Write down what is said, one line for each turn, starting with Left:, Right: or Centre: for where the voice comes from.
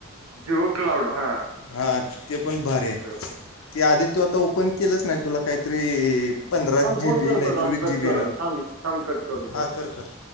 Right: जिओ क्लाउड हा.
Left: हा ते पण भारीये.
Right: जिओ क्लाउड.
Left: ते आधी- तू आता ओपन केलंच नाही. तुला काहीतरी- पंधरा
Right: फोन
Left: जी बी
Right: करतो
Left: नाहीतर
Right: थांब,
Left: वीस
Right: कट
Left: जी बी
Right: करून
Left: येणार
Right: थ थांब. कट करून फोन
Left: हां
Right: करतो.
Left: कर कर